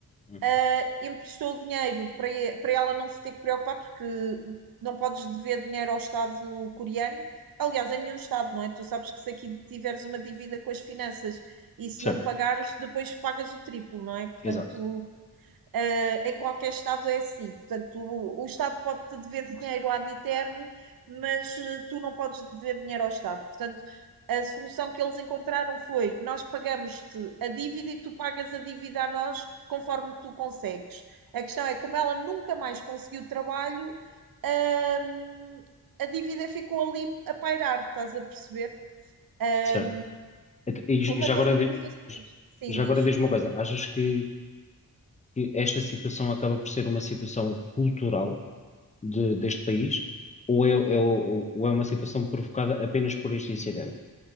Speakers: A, on the left; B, on the right.
A: Uhum.
B: ah, emprestou dinheiro para, para ela não se ter que preocupar, porque não podes dever dinheiro ao Estado coreano. Aliás, a nenhum Estado, não é? Tu sabes que se aqui tiveres uma dívida com as finanças e se
A: Certo,
B: não pagares, depois pagas o triplo, não é? Portanto,
A: exato,
B: Uh, em qualquer Estado é assim. Portanto, o, o Estado pode-te dever dinheiro ad eterno, mas uh, tu não podes dever dinheiro ao Estado. Portanto, a solução que eles encontraram foi: nós pagamos-te a dívida e tu pagas a dívida a nós conforme tu consegues. A questão é, como ela nunca mais conseguiu trabalho, uh, a dívida ficou ali a pairar, estás a perceber? Uh,
A: certo. Et- E, j-
B: uma
A: já
B: das
A: agora,
B: acusações,
A: di- j-
B: sim,
A: já
B: diz.
A: agora diz-me uma coisa: achas que, que esta situação acaba por ser uma situação cultural de- deste país ou é, é- ou- ou é uma situação provocada apenas por este incidente?